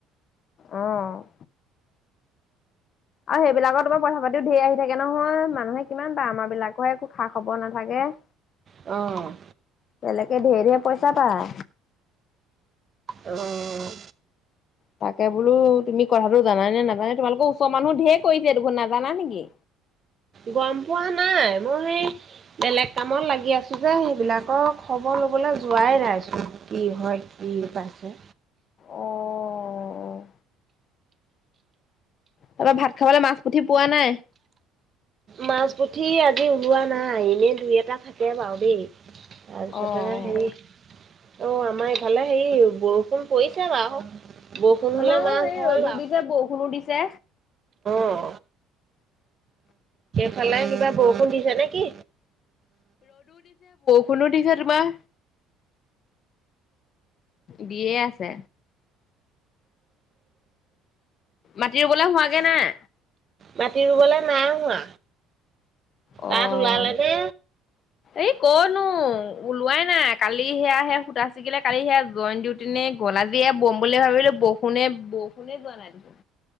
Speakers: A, on the left; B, on the right.
A: অ', আৰু সেইবিলাকৰ তোমাৰ পইচা পাতিও ঢেৰ আহি থাকে নহয় মানুহে কিমান পায় আমাৰ বিলাকৰহে একো খা খবৰ নাথাকে <unintelligible>
B: অ',
A: তেনেকে ঢে ঢে পইচা পায়
B: অ'
A: তাকে বোলো তুমি কথাটো জান নে নাজানে তোমালোকৰ ওচৰ মানুহ ধেৰ কৰিছে দেখোন নাজানা নেকি
B: গম পোৱা নাই মই বেলেগ কামত লাগি আছো যে সেইবিলাকৰ খবৰ লবলৈ যোৱাই নাইছিল কি হয় পাইছে
A: অ', তাৰপৰা ভাত খাবলৈ মাছ পুঠি পোৱা নাই
B: মাছ পুঠি আজি ওলোৱা নাই এনে দুই এটা থাকে বাৰু দেই তাৰপিছতে
A: অ'
B: হেৰি অ' আমাৰ ইফালে হেৰি বৰষুণ কৰিছে বাৰু বৰষুণ হলে
A: আমাৰো
B: মাছ
A: সেই
B: হয়
A: ৰ'দো
B: বাৰু
A: দিছে বৰষুণো দিছে।
B: অ', ফালে কিবা বৰষুণ দিছে নেকি
A: কোনো দিছে তোমাৰ দিয়ে আছে মাটি ৰুবলৈ হোৱাগে নাই
B: মাটি ৰুবলৈ নাই হোৱা
A: অ'।
B: তাত ওলালে নে
A: এই কনো ওলোৱাই নাই কালি সেয়া সে সূতা চিগিলে কালি সেয়া জইণ্ট ডিউটি নে গল আজি এ বম বুলি ভাবিলো বৰষুণে বৰষুণে যোৱা নাই দেখোন